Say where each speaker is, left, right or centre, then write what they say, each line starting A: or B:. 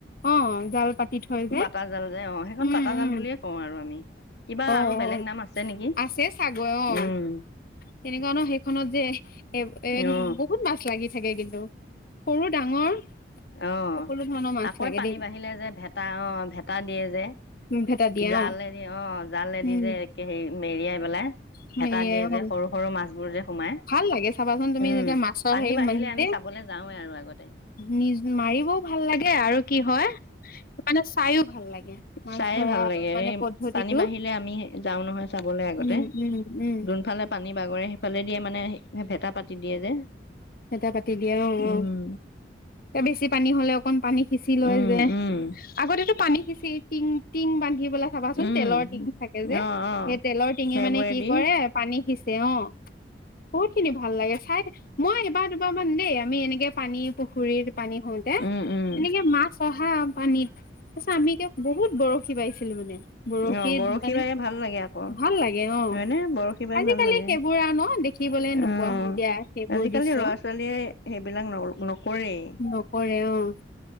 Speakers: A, on the left; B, on the left.
A: অ জাল পাতি থৈ যে
B: পাতা জাল যে অ সেইখন
A: উম
B: পাতা জাল
A: উম
B: বুলিয়ে কওঁ আৰু আমি কিবা
A: অ
B: আৰু বেলেগ
A: অ
B: নাম আছে নেকি
A: আছে চাগৈ অ
B: উম
A: তেনেকুৱা ন সেইখনত যে এ এ
B: অ
A: বহুত মাছ লাগে লাগি থাকে কিন্তু সৰু ডাঙৰ
B: অ
A: সকলো ধৰণৰ মাছ
B: আকৌ
A: লাগে
B: পানী
A: দেই
B: বাঢ়িলে যে ভেটা অ, ভেটা দিয়ে যে,
A: উম ভেটা দিয়ে
B: জালেদিয়ে
A: অ
B: অ জালেদি
A: উম
B: যে হে মেৰিয়াই পেলাই
A: সেয়ে
B: ভেটা দিয়ে
A: অ
B: যে, সৰু সৰু মাছবোৰ যে সোমাই
A: ভাল লাগে চাবাচোন তুমি
B: উম
A: যেতিয়া মাছৰ
B: পানী
A: হেৰি
B: বাঢ়িলে
A: নিজে
B: আমি চাবলৈ যাওঁৱে আৰু আগতে
A: নি মাৰিবও ভাল লাগে আৰু কি হয় মানে চাইও ভাল লাগে। মাছ
B: চাইয়ে
A: ধৰা
B: ভাল লাগে
A: মানে
B: এই
A: পদ্ধতিটো
B: পানী বাঢ়িলে আমি যাওঁ নহয় চাবলৈ আগতে
A: উম উম উম
B: যোনফালে পানী বাগৰে সেইফালে দিয়ে মানে ভেটা পাতি দিয়ে যে
A: ভেটা পাতি দিযে অ
B: উম
A: অ এ বেছি পানী হ'লে অকন পানী সিঁচি লয়
B: উম
A: যে
B: উম
A: আগতে তো পানি হিছি টিং টিং বান্ধি আহিবলে চাবাচোন
B: উম
A: তেলৰ টিঙ থাকে যে,
B: অ অ
A: সেই তেলৰ টিঙে
B: সেইবোৰেদি
A: মানে কি কৰে পানী সিচে অ বহুত খিনি ভাল লাগে চাই দে মই এইবাৰ দুবাৰমান দেই আমি এনেকে পানী পু খুৰীত পানী হওঁতে,
B: উম উম
A: এনেকে মাছ অহা পানীত, তাৰ পিছত আমি বহুত বৰশী বাইছিলো মানে বৰশীত
B: অ বৰশী
A: মানে
B: বাই ভাল লাগে। আকৌ
A: ভাল লাগে অ
B: হয় নে? বৰশী বাই
A: আজিকালি
B: ভাল লাগে
A: সেইবোৰ
B: অ',
A: আৰু ন দেখিবলৈ নোপোৱা হলো দিয়া সেইবোৰ
B: আজিকালি
A: দৃশ্য
B: লৰা ছোৱালীয়ে সেইবিলাক ন নকৰেই
A: নকৰে অ',